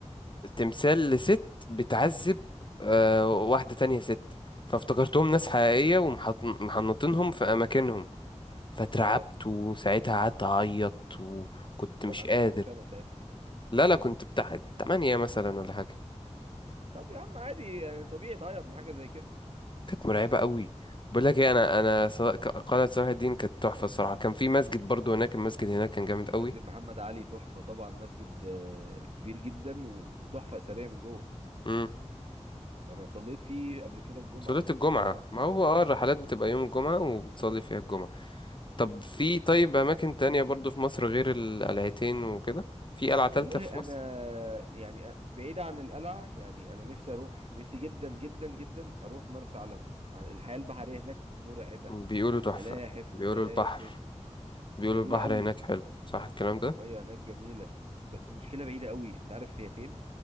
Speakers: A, on the left; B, on the right.
A: تمثال لست بتعذب آه، واحدة تانية ست فافتكرتهم ناس حقيقية ومحنطينهم في أماكنهم فاترعبت
B: اه
A: وساعتها قعدت أعيط وكنت
B: كان
A: مش
B: عندك
A: قادر
B: كام سنة ساعتها
A: لا لا كنت بتاع تمانية مثلا ولا حاجة
B: طب يا عم عادي يعني طبيعي تعيط من حاجة زي كده
A: كانت مرعبة قوي بقول لك ايه انا انا صلا- ق- قلعة صلاح الدين كانت تحفة الصراحة كان في مسجد برضو هناك المسجد هناك كان جامد قوي
B: مسجد محمد علي تحفة طبعا مسجد آه، كبير جدا و- وتحفة أثرية من جوه
A: امم
B: أنا صليت فيه قبل كده الجمعة
A: صلاة
B: لما
A: الجمعة
B: كنت رحت
A: ما
B: زيارة
A: هو اه الرحلات بتبقى يوم الجمعة وبتصلي فيها الجمعة طب في
B: مم.
A: طيب أماكن تانية برضو في مصر غير القلعتين وكده في قلعة تالتة
B: والله
A: في مصر
B: أنا يعني أ- بعيد عن القلعة يعني أنا نفسي أروح نفسي جدا جدا جدا أروح مرسى علم عن- الحياة البحرية هناك مرعبة
A: بيقولوا تحفة
B: سلاحف
A: بيقولوا
B: ودلافن
A: البحر بيقولوا
B: جميلة
A: البحر
B: قوي
A: هناك حلو صح الكلام
B: المية
A: ده
B: هناك جميلة بس المشكلة بعيدة قوي أنت عارف هي فين؟